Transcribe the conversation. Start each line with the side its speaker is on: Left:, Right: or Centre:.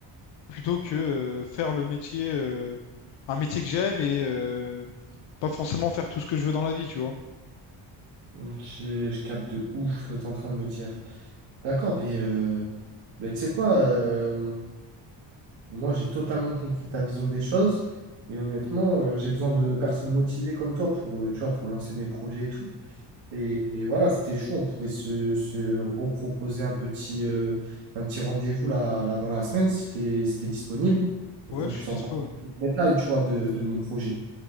Left: plutôt que euh, faire le métier, euh, un métier que j'aime et euh, pas forcément faire tout ce que je veux dans la vie, tu vois.
Right: Ok, je capte de ouf ce que tu es en train de me dire. D'accord, mais, euh, mais tu sais quoi, euh, moi j'ai totalement compris ta vision des choses et honnêtement, euh, j'ai besoin de personnes motivées comme toi pour, euh, tu vois, pour lancer mes projets et tout. Et, et voilà, c'était chaud. On pouvait se, se reproposer un petit, euh, un petit rendez-vous là, là dans la semaine si t'es, si t'es disponible
Left: Ouais,
Right: pour qu'on
Left: je
Right: puisse
Left: suis dispo.
Right: en parler plus en détail, tu vois, de, de mon projet.